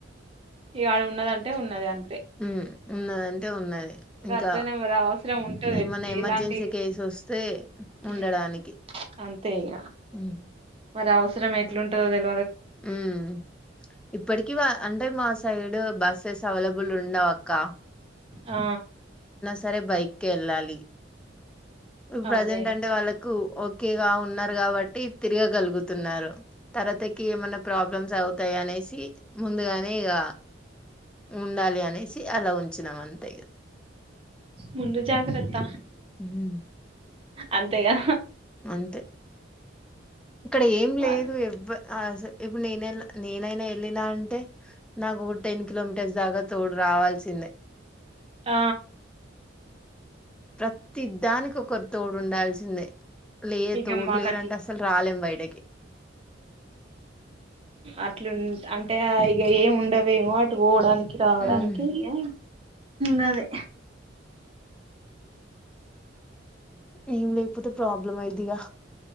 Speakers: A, on the right; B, in the centre.
A: ఇవాళ ఉన్నదంటే ఉన్నది అం
B: ఉమ్ ఉన్నది అంటే ఉన్నది
A: ఇగ
B: ఇంకా
A: అట్లనే మరి అవసరం ఉంటది
B: ఏమైనా ఎమర్జెన్సీ
A: ఇలాంటి
B: కేసు వస్తే
A: ఉమ్,
B: ఉండడానికి
A: అంతే ఇగ
B: ఉమ్
A: మరి అవసరం ఎట్లుంటుందో తెల్వ
B: ఉమ్ ఇప్పటికి అంటే మాసైడు బస్సెస్ అవైలబుల్ ఉండవు అక్క
A: ఆ
B: సరే బైక్ కి వెళ్ళాలి ప్రజెంట్
A: అదే
B: అంటే వాళ్ళకు ఓకేగా ఉన్నారు కాబట్టి తిరగగలుగుతున్నారు. తర్వాతికి ఏమైనా ప్రాబ్లమ్స్ అవుతాయా అనేసి ముందుగానే ఇగ ఉండాలి అనేసి అలా ఉంచినాం అంతే
A: ముందు జాగ్రత్త
B: ఉమ్
A: అంతేగా
B: అంతే ఇక్కడ ఏం
A: మరి.
B: లేదు ఎవ్వ అహ్ స ఇపుడు నేనెల్ నేనైనా ఎళ్ళినా అంటే నాకు టెన్ కిలోమీటర్స్ దాకా తోడు రా కావల్సిందే
A: ఆ
B: ప్రతి ద్దానికొకరు తోడుండాల్సిందే లే
A: ఇగ
B: తోడు
A: మాకు
B: లేరంటే అస్సలు రాలేం బయటకి
A: అట్లున్ అంటే అహ్ ఇగ ఏమి ఉండవేమో అటు పోవడానిక్ రావడానికి
B: ఉమ్
A: యా గదే
B: ఏం లేకపోతే ప్రాబ్లం అయిద్ధిగా